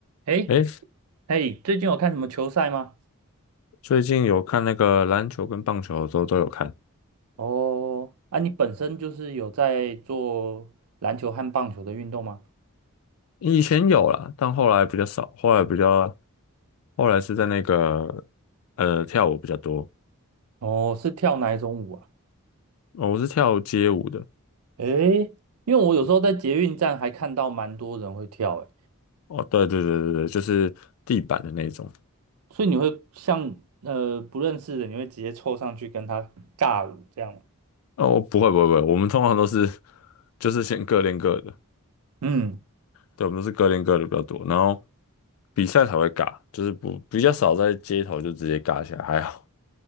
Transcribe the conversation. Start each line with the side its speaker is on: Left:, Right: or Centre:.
Right: 诶，
Left: 诶，
Right: 嘿，最近有看什么球赛吗？
Left: 最近有看那个篮球跟棒球的时候都有看，
Right: 哦，啊，你本身就是有在做篮球和棒球的运动吗？
Left: 以前有啦，但后来比较少，后来比较，后来是在那个呃跳舞比较多，
Right: 哦，是跳哪一种舞啊？
Left: 哦，我是跳街舞的，
Right: 诶，因为我有时候在捷运站还看到蛮多人会跳，诶，
Left: 哦，对对对对对，就是地板的那种，
Right: 所以你会像呃不认识的，你会直接凑上去跟他尬舞这样吗？
Left: 哦，不会不会不会，我们通常都是就是先各练各的，
Right: 嗯，
Left: 对，我们都是各练各的比较多，然后比赛才会尬，就是不比较少在街头就直接尬起来，还好，